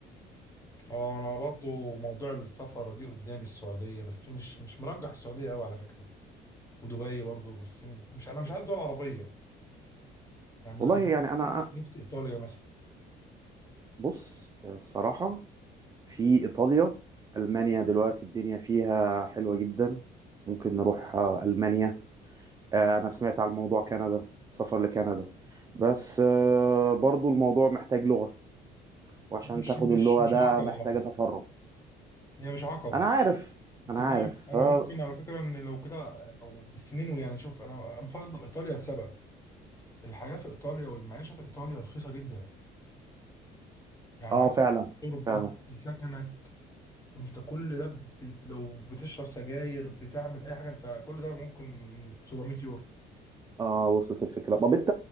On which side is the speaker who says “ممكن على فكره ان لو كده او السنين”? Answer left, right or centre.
Left